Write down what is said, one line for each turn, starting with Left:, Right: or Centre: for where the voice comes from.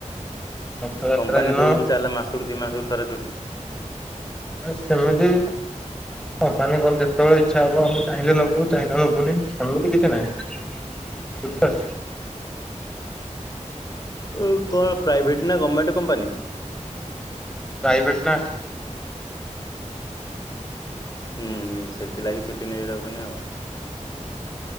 Centre: ରଥଯାତ୍ରା
Left: କମ୍ପାନୀ
Centre: ଦିନ
Left: ଦଉଚି ତାହେଲେ ମାସକୁ ଦି ମାସକୁ ଥରେ ଛୁଟି।
Centre: ଆ ସେମିତି ହଁ ତାନେ କନ ଯେତଏଳେ ଇଛା ହବ ଆମେ ଚାହିଁଲେ ନେବୁ ଚାହିଁଲେ ନବୁନି ସେମିତି କିଛି ନାହିଁ। ସୁତ
Left: ଉଁ କଣ ପ୍ରାଇଭେଟ ନା ଗଭମେଣ୍ଟ କମ୍ପାନୀ?
Centre: ପ୍ରାଇଭେଟ ନା।
Left: ହୁଁ ହୁଁ ସେଥିଲାଗି ଛୁଟି ନେଇ ଯାଉଚନ୍ତି ଆଉ।